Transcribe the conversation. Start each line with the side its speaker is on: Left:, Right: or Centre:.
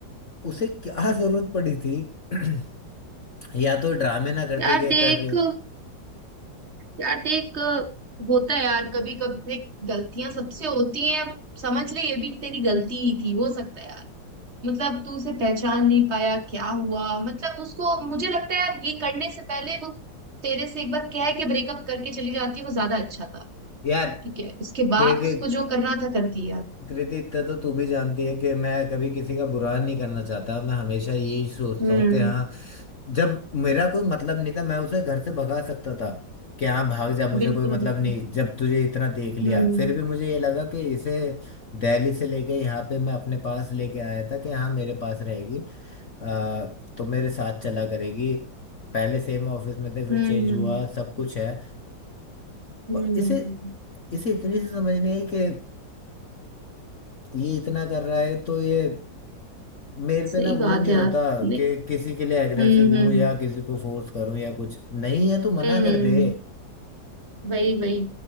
Left: उसे क्या जरूरत पड़ी थी <clears throat> या तो ड्रामे ना करते
Right: यार
Left: गए
Right: देख
Left: कर रहे हैं
Right: यार देख होता है यार कभी कभी गलतियां सबसे होती हैं समझ ले ये भी तेरी गलती ही थी हो सकता है यार मतलब तू उसे पहचान नहीं पाया क्या हुआ मतलब उसको मुझे लगता है यार ये करने से पहले वो तेरे से एक बार कह के ब्रेकअप करके चली जाती वो ज्यादा अच्छा था
Left: यार
Right: ठीक है उसके
Left: तेरे
Right: बाद
Left: से
Right: उसको जो करना था कर दिया
Left: कृति इतना तो तू भी जानती है कि मैं कभी किसी का बुरा नहीं करना चाहता मैं हमेशा यही सोचता
Right: हम्म
Left: हूँ कि हाँ जब मेरा कोई मतलब नहीं था मैं उसे घर से भगा सकता था कि हाँ भाग जा मुझे
Right: बिल्कुल
Left: कोई मतलब
Right: बिल्कुल
Left: नहीं जब तुझे इतना देख लिया
Right: हम्म
Left: फिर भी मुझे ये लगा कि इसे दिल्ली से लेके यहाँ पे मैं अपने पास लेके आया था कि हाँ मेरे पास रहेगी आ, तो मेरे साथ चला करेगी पहले सेम ऑफिस में थे फिर
Right: हम्म
Left: चेंज
Right: हम्म
Left: हुआ सब कुछ है
Right: हम्म,
Left: ब- इसे
Right: हम्म, हम्म।
Left: इसे इतनी सी समझ नहीं आई कि ये इतना कर रहा है तो ये मेरे
Right: सही
Left: पे ना
Right: बात
Left: वो नहीं
Right: है
Left: होता
Right: यार नहीं
Left: कि किसी के लिए अग्रेसिव
Right: हम्म
Left: हूं
Right: हम्म
Left: या किसी को फोर्स करूं या कुछ नहीं है तो मना
Right: हम्म
Left: कर
Right: हम्म।
Left: दे
Right: वही वही